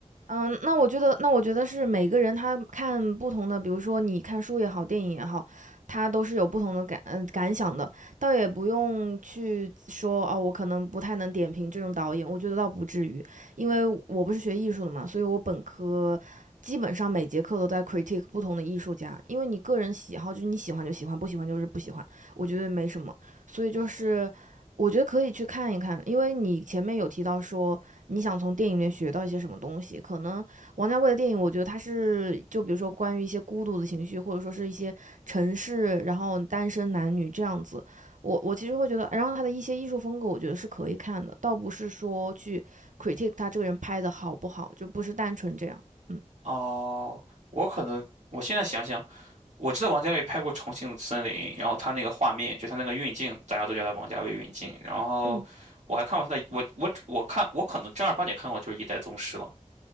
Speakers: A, on the right; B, on the right.
A: 嗯，那我觉得那我觉得是每个人他看不同的，比如说你看书也好，电影也好，他都是有不同的感嗯、感想的，倒也不用去说哦，我可能不太能点评这种导演，我觉得倒不至于，因为我不是学艺术的嘛，所以我本科基本上每节课都在 critique 不同的艺术家，因为你个人喜好就是你喜欢就喜欢，不喜欢就是不喜欢，我觉得没什么，所以就是我觉得可以去看一看，因为你前面有提到说。你想从电影里面学到一些什么东西？可能王家卫的电影，我觉得他是就比如说关于一些孤独的情绪，或者说是一些城市，然后单身男女这样子。我我其实会觉得，然后他的一些艺术风格，我觉得是可以看的，倒不是说去 critique 他这个人拍的好不好，就不是单纯这样。嗯
B: 哦，我可能我现在想想，我知道王家卫拍过《重庆森林》，然后他那个画面，就他那个运镜，大家都叫他王家卫运镜。然后我还看过他的，
A: 嗯
B: 我我我看我可能正儿八经看过就是《一代宗师》了，